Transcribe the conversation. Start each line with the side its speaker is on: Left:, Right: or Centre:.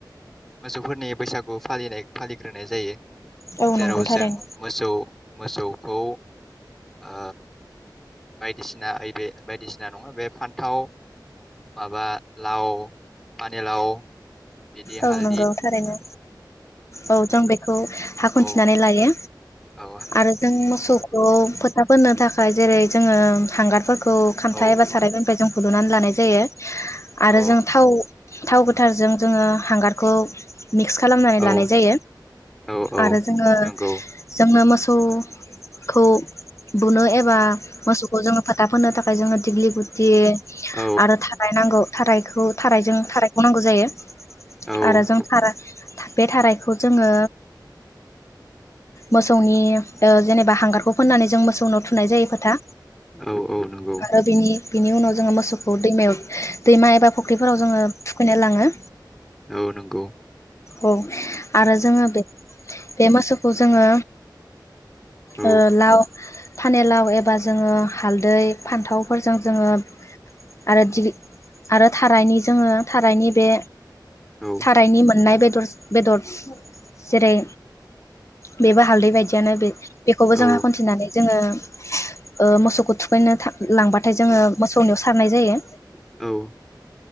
Centre: मोसौफोरनि बैसागु फालिनाय फालिग्रोनाय जायो
Left: औ
Centre: जेराव
Left: नंगौ थारैनो
Centre: जों मोसौ मोसौखौ अ बायदिसिना ओइबे बायदिसिना नङा बे फान्थाव माबा लाव पानिलाव बिदि
Left: औ
Centre: हाल
Left: नंगौ थारैनो औ जों बेखौ हा खनथिनानै
Centre: औ
Left: लायो।
Centre: औ
Left: आरो जों मोसौखौ फोथा फोथा फोननो थाखाय जेरै जोङो हांगार फोरखौ खान्था
Centre: औ
Left: एबा सारायफोरनिफ्राय जों हुलुनानै लानाय जायो आरो
Centre: औ
Left: जों थाव थाव गोथ थारजों जोङो हांगारखौ मिक्स खालामनानै लानाय
Centre: औ
Left: जायो
Centre: औ औ
Left: आरो जोङो
Centre: नंगौ
Left: जों ङो मोसौखौ बुनो एबा मोसौखौ जोङो फोथा फोन्नो थाखाय फ्राय जोङो दिग्लिगुटि
Centre: औ
Left: आरो थाराय नांगौ थारायखौ थारायजों थारायखौ नांगौ जायो <inaudible>
Centre: औ
Left: आरो जों थारा बे थारायखौ जोङो मोसौनि ओ जेनेबा हांगारखौ फोननानै जों मो सौनाव थुनाय जायो फाथा
Centre: औ औ नंगौ
Left: आरो बिनि बिनि उनाव जोङो मोसौखौ दैमायाव दैमा एबा फुख्रिफोराव जोङो थुखैनो लाङो
Centre: औ नंगौ
Left: औ आरो जोङो बे बे मोसौ खौ जोङो
Centre: औ
Left: ओ लाव फानेलाव एबा जोङो हालदै फान्थावफोरजों जोङो आरो दि आरो थारायनि जोङो थारायनि बे
Centre: औ
Left: थारायनि नाय बेदर बेदर जेरै बेबो हालदै बायदियानो बे बेखौबो
Centre: औ
Left: जों खनथिनानै जोङो ओ मोसौखौ थुखैनो था लांबाथाय जोङो मोसौनियाव सारनाय जायो।
Centre: नंगौ